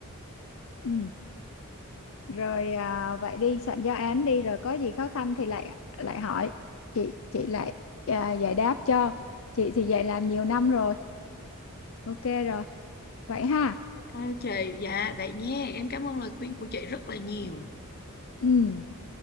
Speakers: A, on the left (about 65°); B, on the left (about 45°).
A: ừ rồi à, vậy đi soạn giáo án đi rồi có gì khó khăn thì lại lại hỏi chị chị lại à, giải đáp cho chị thì dạy làm nhiều năm rồi ok rồi vậy ha
B: ok chị dạ vậy nhé em cảm ơn lời khuyên của chị rất là nhiều
A: ừ